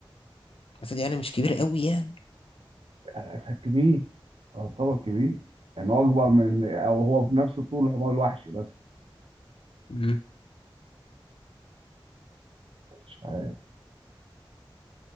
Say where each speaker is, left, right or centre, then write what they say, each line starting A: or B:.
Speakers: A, on the left; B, on the right.
A: الاسد يعني مش كبير قوي يعني
B: يعني الاسد كبير اه طبعا كبير يعني هو اكبر من او هو في نفس طول الحمار الوحشي بس
A: مم.
B: مش عارف